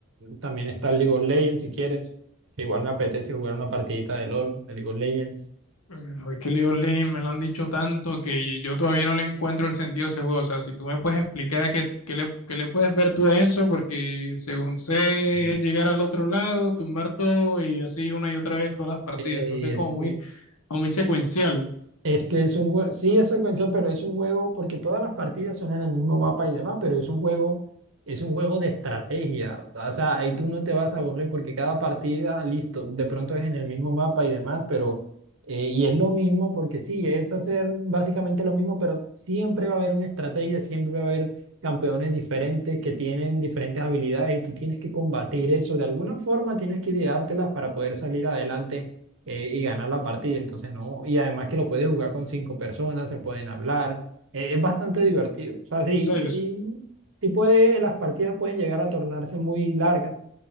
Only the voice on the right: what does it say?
también está el League of Legends, si quieres, que igual me apetece jugar una partidita de LOL, de League of Legends.
Mm.
Eh,
y es
que
Es que es un juego, sí es secuencial, pero es un juego, porque todas las partidas son en el mismo mapa y demás, pero es un juego, es un juego de estrategia. O sea, ahí tú no te vas a aburrir porque cada partida, listo, de pronto es en el mismo mapa y demás, pero, eh, y es lo mismo porque sí, es hacer básicamente lo mismo, pero siempre va a haber una estrategia, siempre va a haber campeones diferentes que tienen diferentes habilidades y tú tienes que combatir eso. De alguna forma tienes que ideártelas para poder salir adelante eh, y ganar la partida. Entonces, no. Y además que lo puedes jugar con cinco personas, se pueden hablar. eh, es bastante divertido. O sea, sí,
sí,
sí puede, las partidas pueden llegar a tornarse muy largas,